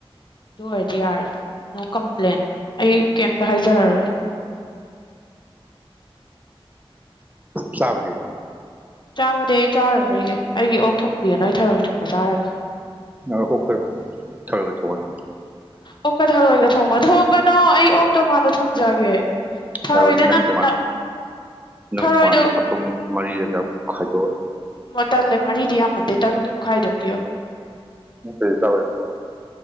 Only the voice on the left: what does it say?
ꯑꯗꯨ ꯑꯣꯏꯔꯗꯤ ꯌꯥꯔꯦ ꯅꯣ ꯀꯝꯄ꯭ꯂꯦꯟ ꯑꯩ ꯀꯩꯝꯇꯥ ꯍꯥꯏꯖꯔꯔꯣꯏ
ꯆꯥꯕꯗꯤ ꯑꯩ ꯆꯥꯔꯔꯣꯏꯒꯦ ꯑꯩꯒꯤ ꯑꯣꯛ ꯊꯣꯡꯕꯤꯌꯣ ꯅꯣꯏ ꯊꯔꯣꯏ ꯊꯣꯡꯕ ꯆꯥꯔꯒ
ꯑꯣꯛꯀꯥ ꯊꯔꯣꯏꯒ ꯊꯣꯡꯕ ꯊꯣꯡꯒꯅꯣ ꯑꯩ ꯑꯣꯛꯇꯣ ꯉꯥꯛꯇꯥ ꯊꯣꯡꯖꯒꯦ ꯊꯔꯣꯏꯗ
ꯅꯝ
ꯅꯞ
ꯊꯔꯣꯏꯗꯣ
ꯇꯜꯂꯦ ꯃꯔꯤꯗꯤ ꯌꯥꯝꯃꯟꯗꯦ ꯇꯔꯨꯛ ꯈꯥꯏꯗꯣꯛꯄꯤꯌꯣ